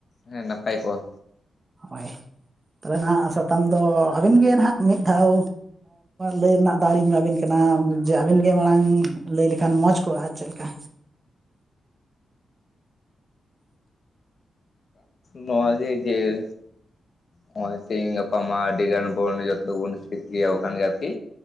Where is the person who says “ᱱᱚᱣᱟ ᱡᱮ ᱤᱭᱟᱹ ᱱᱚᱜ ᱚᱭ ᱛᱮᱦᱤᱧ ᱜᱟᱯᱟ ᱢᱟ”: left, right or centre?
Left